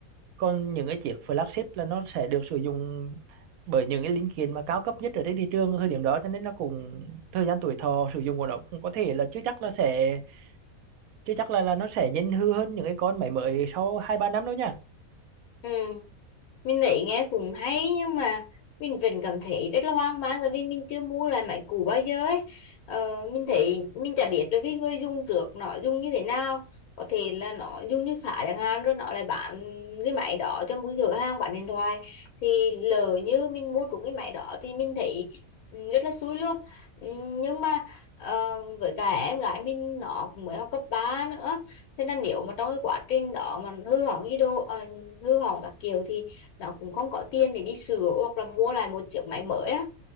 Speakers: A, on the right (about 75°); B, on the left (about 80°).
A: còn những cái chiếc flagship là nó sẽ được sử dụng bởi những cái linh kiện mà cao cấp nhất ở trên thị trường ở thời điểm đó cho nên nó cũng thời gian tuổi thọ sử dụng của nó cũng có thể là chưa chắc là sẽ chưa chắc là là nó sẽ nhanh hư hơn những cái con máy mới sau hai ba năm đâu nha
B: Ừ. Mình thấy nghe cũng hay nhưng mà mình vẫn cảm thấy rất là hoang mang tại vì mình chưa mua lại máy cũ bao giờ ấy. Ờ, mình thấy mình chả biết được cái người dùng trước nó dùng như thế nào. Có thể là nó dùng như phá chẳng hạn rồi nó lại bán cái máy đó cho một cửa hàng bán điện thoại thì lỡ như mình mua trúng cái máy đó thì mình thấy ừ, rất là xui luôn. Ừ, Nhưng mà ờ, với cả em gái mình nó cũng mới học cấp 3 nữa thế nên nếu mà trong cái quá trình đó mà hư hỏng gì đồ ờ, hư hỏng các kiểu thì nó cũng không có tiền để đi sửa hoặc là mua lại một chiếc máy mới á